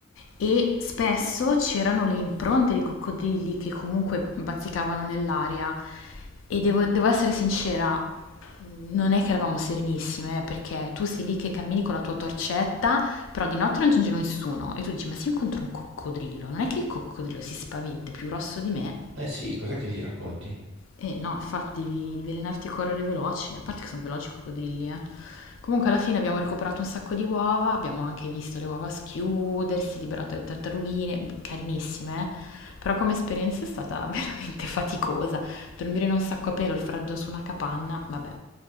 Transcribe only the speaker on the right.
Eh sì, cos'è che gli racconti?